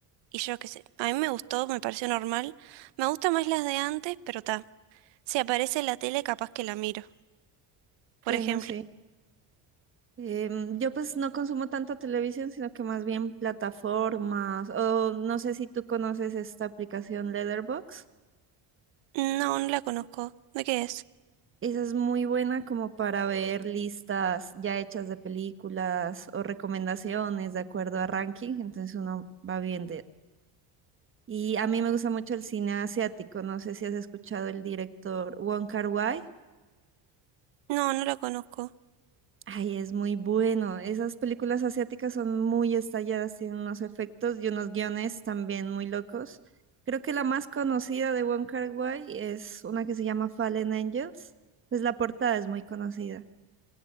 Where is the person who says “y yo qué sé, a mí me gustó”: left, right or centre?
Right